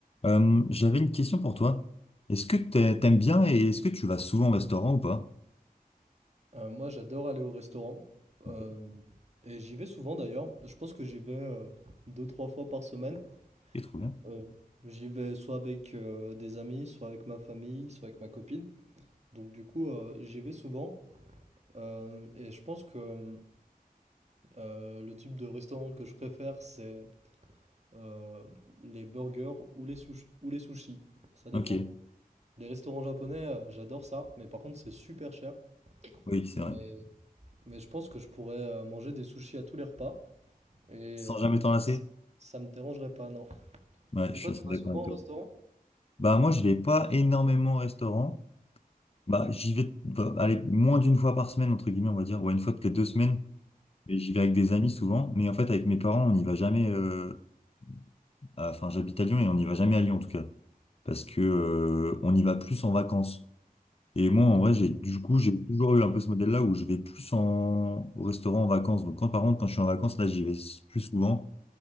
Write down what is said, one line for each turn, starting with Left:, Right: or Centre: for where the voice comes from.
Left: Euh, j'avais une question pour toi. Est-ce que t'a- t'aimes bien et est-ce que tu vas souvent au restaurant ou pas?
Right: Euh, moi, j'adore aller au restaurant. euh,
Left: Ok,
Right: et j'y vais souvent d'ailleurs. Je pense que j'y vais euh, deux, trois fois par semaine.
Left: Ok, trop bien.
Right: Euh, j'y vais soit avec euh, des amis, soit avec ma famille, soit avec ma copine. Donc du coup, euh, j'y vais souvent. Euh, et je pense que euh, le type de restaurant que je préfère, c'est euh, les burgers ou les sush- ou les sushis. Ça dépend.
Left: Ok,
Right: Les restaurants japonais, euh, j'adore ça. Mais par contre, c'est super cher.
Left: oui, c'est
Right: Mais,
Left: vrai.
Right: mais je pense que je pourrais euh, manger des sushis à tous les repas. Et
Left: Sans
Right: euh,
Left: jamais t'en lasser?
Right: ça me dérangerait pas, non.
Left: Ouais,
Right: Et
Left: je
Right: toi,
Left: suis
Right: tu
Left: assez
Right: vas
Left: d'accord
Right: souvent
Left: avec toi.
Right: au restaurant?
Left: Bah moi, je vais pas énormément au restaurant. Bah j'y vais, bah, allez, moins d'une fois par semaine entre guillemets, on va dire, ouais, une fois toutes les deux semaines. Et j'y vais avec des amis souvent, mais en fait avec mes parents, on n'y va jamais. euh, à- Enfin, j'habite à Lyon et on n'y va jamais à Lyon en tout cas, parce que euh, on y va plus en vacances. Et moi, en vrai, j'ai du coup, j'ai toujours eu un peu ce modèle-là où je vais plus en au restaurant en vacances. Donc, quand par contre, quand je suis en vacances, là, j'y vais s- plus souvent